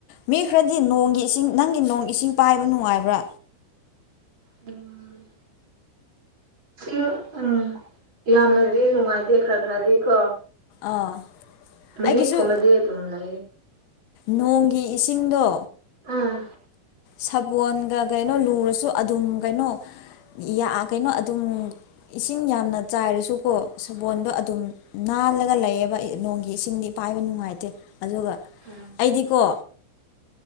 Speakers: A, on the left; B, on the right.
A: ꯃꯤ ꯈꯔꯗꯤ ꯅꯣꯡꯒꯤ ꯏꯁꯤꯡ ꯅꯪꯒꯤ ꯅꯣꯡꯒꯤ ꯏꯁꯤꯡ ꯄꯥꯏꯕ ꯅꯨꯡꯉꯥꯏꯕ꯭ꯔꯥ
B: ꯎꯝ ꯁꯤ ꯎꯝ ꯌꯥꯝꯅꯗꯤ ꯅꯨꯡꯉꯥꯏꯇꯦ ꯈꯔ ꯈꯔꯗꯤ ꯀꯣ
A: ꯑꯥ
B: ꯃꯍꯤ
A: ꯑꯩꯒꯤꯁꯨ
B: ꯀꯨꯃꯗꯤ ꯇꯨꯝ ꯂ
A: ꯅꯣꯡꯒꯤ ꯏꯁꯤꯡꯗꯣ
B: ꯑꯥ
A: ꯁꯥꯄꯣꯟꯒ ꯀꯩꯅꯣ ꯂꯨꯔꯁꯨ ꯑꯗꯨꯝ ꯀꯩꯅꯣ ꯌꯥ ꯀꯩꯅꯣ ꯑꯗꯨꯝ ꯏꯁꯤꯡ ꯌꯥꯝꯅ ꯆꯥꯏꯔꯁꯨꯀꯣ ꯁꯕꯣꯣꯟꯗꯣ ꯑꯗꯨꯝ ꯅꯥꯜꯂꯒ ꯂꯩꯌꯦꯕ ꯅꯣꯡꯒꯤ ꯏꯁꯤꯡꯗꯤ ꯄꯥꯏꯕ ꯅꯨꯡꯉꯥꯏꯇꯦ ꯑꯗꯨꯒ
B: ꯎꯝ
A: ꯑꯩꯗꯤꯀꯣ